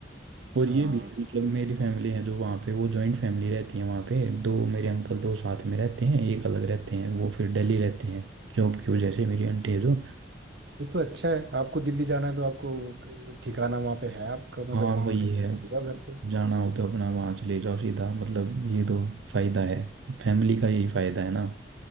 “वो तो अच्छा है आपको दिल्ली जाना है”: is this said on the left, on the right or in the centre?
Right